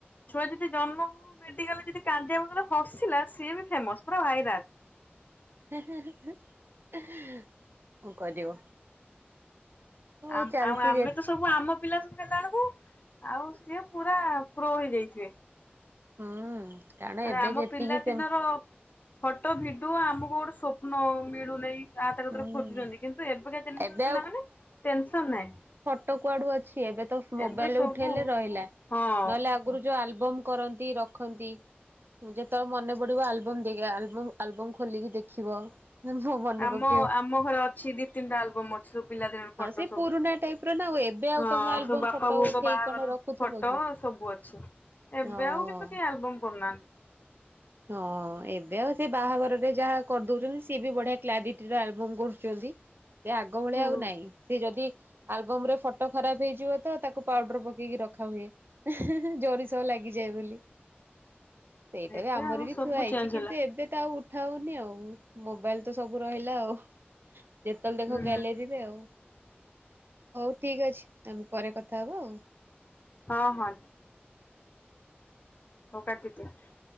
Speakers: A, on the left (about 45°); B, on the right (about 60°).
A: ଛୁଆ ଯଦି ଜନ୍ମ ହୋଉ ହୋଉ ମେଡିକାଲରେ ଯଦି କାନ୍ଦିବା ବଦଳରେ ହସିଲା ସିଏ ବି ଫେମସ ପୁରା ଭାଇରାଲ।
B: ହେଁ ହେଁ କଣ କରିବ। ହଉ
A: ଆମ୍
B: ଚାଲିଛି
A: ଆଉ ଆମେ
B: ଯେ
A: ତ ସବୁ ଆମ ପିଲା ସବୁ ହେଲା ବେଳକୁ ଆଉ ସିଏ ପୁରା ପ୍ରୋ ହେଇଯାଇଥିବେ।
B: ହୁଁ। କାରଣ
A: ମାନେ
B: ଏବେ
A: ଆମ
B: ଯେତିକି
A: ପିଲାଦିନର
B: ସେ
A: ଫଟୋ, ଭିଡିଓ ଆମକୁ ଗୋଟେ ସ୍ୱପ୍ନ ମିଳୁନେଇ। ଆ ତାଙ୍କ
B: ହୁଁ।
A: ଦରେ ଖୋଜୁଛନ୍ତି କିନ୍ତୁ ଏବେକା ଜେନେରେସନ
B: ଏବେ
A: ପିଲାମାନେ ଟେନସନ ନାହିଁ।
B: ଫଟ କୁଆଡୁ ଅଛି ଏବେ ତ ମୋବାଇଲ
A: ଏବେ ସବୁ
B: ଉଠେଇଲେ ରହିଲା।
A: ହଁ।
B: ନହେଲେ ଆଗରୁ ଯୋଉ ଆଲବମ୍ କରନ୍ତି ରଖନ୍ତି। ଯେତେବେଳେ ମନେ ପଡିବ ଆଲବମ ଦେଇକି ଆଲବମ ଆଲବମ ଖୋଲିକି ଦେଖିବ ମୋ ମନେ
A: ଆମ
B: ପକେ
A: ଆମ ଘରେ ଅଛି ଦି ତିନିଟା ଆଲବମ୍ ଅଛି ସବୁ ପିଲାଦିନର
B: ହଁ
A: ଫଟୋ
B: ସେ
A: ସବୁ
B: ପୁରୁଣା ଟାଇପ ର ନା ଆଉ ଏବେ ଆଉ
A: ହଁ
B: ତମେ ଆଲବମ
A: ସବୁ ବାପା
B: ଫଟୋ
A: ପା ବୋଉ
B: ଉଠେଇକି
A: ଙ୍କ ବାହାଘର
B: କଣ ରଖୁଥିବ
A: ଫଟୋ
B: କି?
A: ସବୁ ଅଛି, ଏବେ
B: ହଁ
A: ଆଉ କିନ୍ତୁ କେହି ଆଲବମ କରୁନାହାନ୍ତି।
B: ହଁ ଏବେ ଆଉ ସେ ବାହାଘରରେ ଯାହା କରିଦଉଛନ୍ତି, ସିଏ ବି ବଢିଆ କ୍ଲାରିଟିର ଆଲବମ କରୁଛନ୍ତି। ସେ ଆଗ ଭଳିଆ
A: ହଁ
B: ଆଉ ନାଇଁ ସେ ଯଦି ଆଲବମ ରେ ଫଟୋ ଖରାପ ହେଇଯିବ ତ ତାକୁ ପାଉଡର ପକେଇକି ରଖା ହୁଏ। ହେଁ ହେଁ ଜରି ସହ ଲାଗିଯାଏ ବୋଲି ସେଇଟା
A: ଏବେ
B: ବି ଆମର
A: ଆଉ
B: ବି
A: ସବୁ
B: ଥୁଆ ହେଇଛି
A: ଚେଞ୍ଜ
B: କିନ୍ତୁ
A: ହେଲା
B: ଏ ଏବେ ତ ଆଉ ଉଠା ହଉନି ଆଉ ମୋବାଇଲ ତ ସବୁ ରହିଲା ଆଉ। ଯେତେବେଳେ ଦେଖ
A: ହୁଁ
B: ଗ୍ୟାଲେରୀରେ ଆଉ। ହଉ ଠିକ୍ ଅଛି, ଆମେ ପରେ କଥା ହବା ଆଉ।
A: ହଁ ହଁ। ହଉ କାଟିଦିଅ।